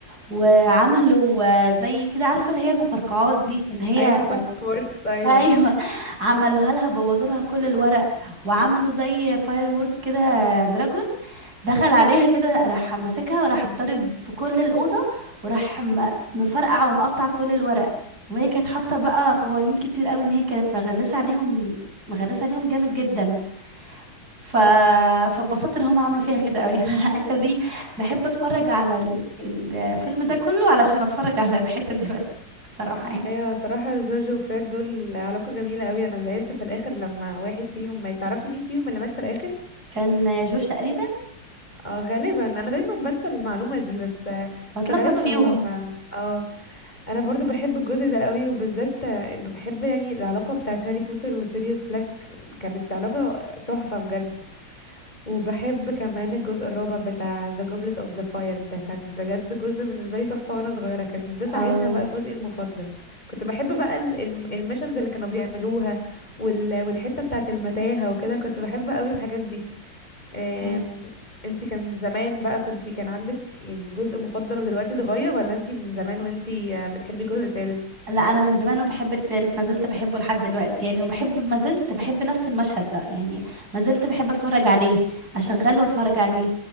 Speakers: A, on the right; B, on the left.
A: وعملوا آه، زي كده عارفه اللي هي المفرقعات دي اللي هي
B: ايوه الفاير
A: <laughs>
B: ووركس ايوه
A: ايوه عملوها لها بوظوا لها كل الورق وعملوا زي فاير ووركس كده آه، دراجون دخل عليها كده راح ماسكها وراح اتضرب في كل الأوضة وراح م- مفرقع ومقطع كل الورق وهي كانت حاطة بقى قوانين كتير قوي ان هي كانت مغلسة عليهم مغلسة عليهم جامد جدا ف... فاتبسطت ان هم عملوا فيها كده قوي <laughs> فالحتة دي بحب اتفرج على ال- الفيلم ده كله علشان اتفرج على الحتة دي بس صراحة يعني
B: ايوه صراحة جورج وفريد دول علاقة جميلة قوي انا زعلت في الاخر لما واحد فيهم ما تعرفي مين فيهم اللي مات في الاخر
A: كان جوش تقريبا
B: اه غالبا انا دايما بنسى المعلومة دي بس
A: بتلخبط
B: بس غالبا
A: فيهم
B: هو ف اه انا برضو بحب الجزء ده قوي وبالذات بحب يعني العلاقة بتاعت هاري بوتر وسيريوس بلاك كانت علاقة تحفة بجد وبحب كمان الجزء الرابع بتاع The Goblet of the Fire ده كان بجد جزء بالنسبة لي تحفة وانا صغيرة كان ده ساعتها
A: اه
B: بقى جزئي المفضل كنت بحب بقى ال- ال- الميشنز اللي كانوا بيعملوها وال- والحتة بتاعة المتاهة وكده كنت بحب قوي الحاجات دي أم،
A: اوكي
B: انتي كان زمان بقى كنتي كان عندك يعني جزء مفضل ودلوقتي اتغير ولا انتي من زمان وانتي آه، بتحبي الجزء التالت
A: لا انا من زمان وبحب التالت ما زلت بحبه لحد دلوقتي يعني وبحب ما زلت بحب نفس المشهد ده يعني ما زلت بحب اتفرج عليه اشغله واتفرج عليه